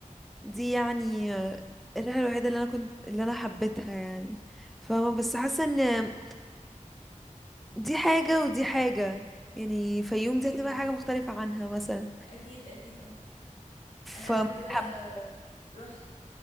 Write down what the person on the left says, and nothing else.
اوكي
اكيد اكيد اه انا
قبل كده رحت